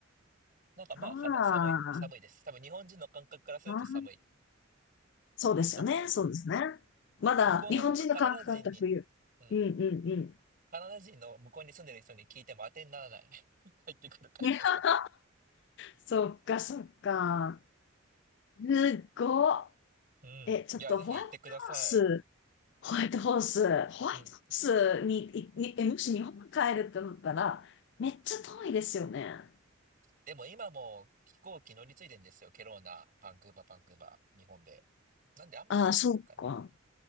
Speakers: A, on the right; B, on the left.
A: なんかまあ肌寒い、
B: あ
A: 寒いです。多分日本人の感覚からすると寒い
B: ああ、そうですよね。
A: と思います。
B: そうですね。まだ日本人の感覚だった冬。
A: 向こうのカナダ人に、うん。
B: うんうんうん。
A: カナダ人の向こうに住んでる人に聞いても当てにならない。<laughs> 返ってくる回答が。
B: <laughs> そっかそっか。すごっ。
A: うん。いや、
B: え、ちょっとホワイトホース、
A: ぜひ行ってください。
B: ホワイトホース、ホワイトホースに、
A: うん。
B: いにえ、もし日本帰るってなったら、めっちゃ遠いですよね。
A: でも今も飛行機乗り継いでんですよ。ケローナ、バンクーバー、バンクーバー、日本で。なんであんまり変わんないかな。
B: ああ、そっか。